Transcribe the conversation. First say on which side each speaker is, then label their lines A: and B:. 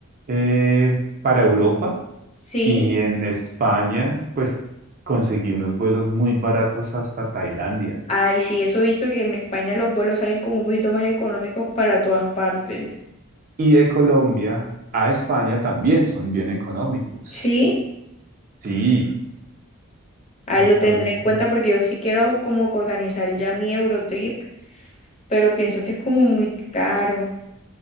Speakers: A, on the right (about 40°); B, on the left (about 30°).
A: eh, para Europa
B: Sí,
A: y en España, pues conseguí unos vuelos muy baratos hasta Tailandia.
B: ay, sí, eso he visto que en España los vuelos salen como un poquito más económicos para todas partes.
A: Y de Colombia a España también son bien económicos.
B: Sí,
A: Sí,
B: ahí
A: entonces.
B: lo tendré en cuenta porque yo sí quiero como que organizar ya mi Eurotrip, pero pienso que es como muy caro.